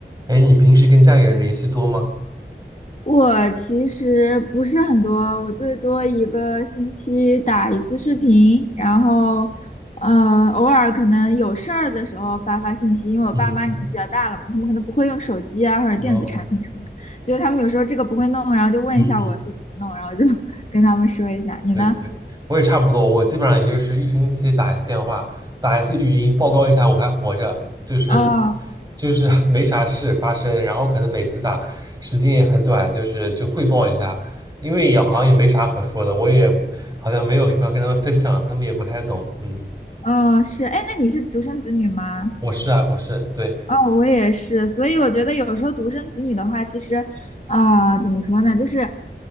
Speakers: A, on the right; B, on the left.
A: 哎，你平时跟家里人联系多吗？
B: 我其实不是很多，我最多一个星期打一次视频，然后，呃，偶尔可能有事儿的时候发发信息，因为我爸妈年纪比较大了嘛，
A: 嗯嗯，
B: 他们可能不会用手机啊或者电子产品什么的，
A: 哦，
B: 就他们有时候这个不会弄，然后就问一下我这怎么弄，
A: 嗯嗯，
B: 然后就 <laughs> 跟他们说一下。你呢？
A: 对对，我也差不多，我基本上也就是一星期打一次电话，打一次语音报告一下我还活着，就是
B: 哦，
A: 就是没啥事发生，然后可能每次打时间也很短，就是就汇报一下，因为也好像也没啥可说的，我也好像没有什么要跟他们分享，他们也不太懂，嗯，
B: 哦，是，哎，那你是独生子女吗？
A: 我是啊，我是，对。
B: 哦，我也是，所以我觉得有时候独生子女的话，其实啊、怎么说呢，就是